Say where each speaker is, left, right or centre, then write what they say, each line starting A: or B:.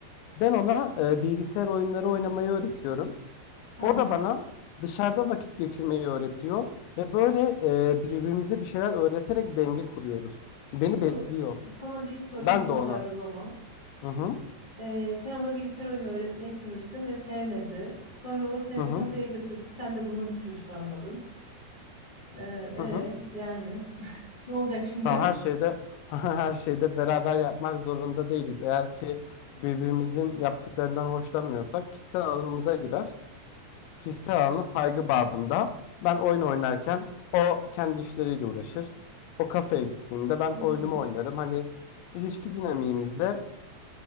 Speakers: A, on the left; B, on the left.
A: Ben ona e, bilgisayar oyunları oynamayı öğretiyorum.
B: tamam.
A: O da bana dışarıda vakit geçirmeyi öğretiyor ve böyle e, birbirimize bir şeyler öğreterek denge kuruyoruz. Beni
B: Peki
A: besliyor.
B: o- sana bir sorum
A: Ben
B: daha
A: de onu.
B: var o zaman.
A: Hı hı.
B: Ee, sen ona bilgisayar oyunu öğretmeye çalıştın ve sevmedi. Sonra o seni
A: Hı hı.
B: kafeye götürdü. Sen de bundan hiç hoşlanmadın. Ee, e,
A: Hı hı.
B: yani <laughs> ne olacak şimdi?
A: Tamam her şeyde <laughs> her şeyde beraber yapmak zorunda değiliz. Eğer ki birbirimizin yaptıklarından hoşlanmıyorsak kişisel alanımıza girer. Kişisel alana saygı babında ben oyun oynarken o kendi işleriyle uğraşır. O kafeye gittiğinde ben
B: Hı
A: oyunumu
B: hı.
A: oynarım. Hani ilişki dinamiğimizde